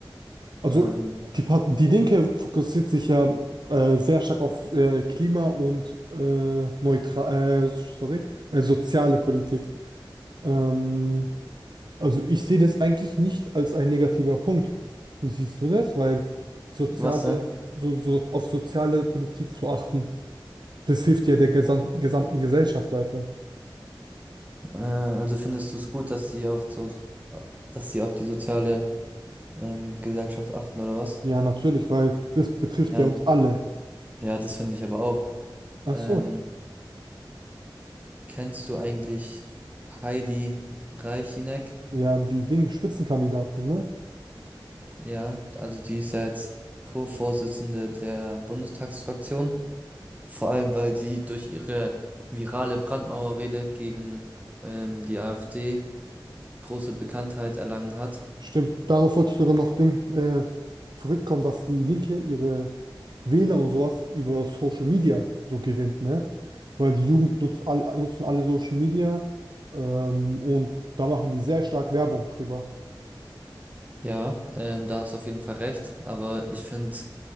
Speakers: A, on the right (about 60°); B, on the right (about 20°).
A: Also
B: Ähm,
A: die, Part- die Linke fokussiert sich ja äh, sehr stark auf äh, Klima und äh, neutral, äh, sorry, äh, soziale Politik. Ähm, also ich sehe das eigentlich nicht als ein negativer Punkt. Wie siehst du das? Weil soziale,
B: was denn?
A: so, so auf soziale Politik zu achten. Das hilft ja der gesam- gesamten Gesellschaft weiter.
B: Äh, also findest du es gut, dass sie auf so, dass sie auf die soziale ähm, Gesellschaft achten oder was?
A: Ja, natürlich, weil das betrifft
B: Ja,
A: ja uns alle.
B: ja, das finde ich aber auch.
A: Ach
B: Ähm,
A: so.
B: Kennst du eigentlich Heidi Reichineck?
A: Ja, die Ding, Spitzenkandidaten, ne?
B: Ja, also die ist ja jetzt Co-Vorsitzende der Bundestagsfraktion. Vor allem, weil sie durch ihre virale Brandmauerrede gegen ähm, die AfD große Bekanntheit erlangen hat.
A: Stimmt, darauf wollte ich sogar noch Ding, äh, zurückkommen, dass die Linke ihre Wähler und sowas über Social Media so gewinnt, ne? Weil die Jugend nutzt all, nutzen alle Social Media ähm, und da machen die sehr stark Werbung drüber.
B: Ja, ähm, da hast du auf jeden Fall recht. Aber ich finde,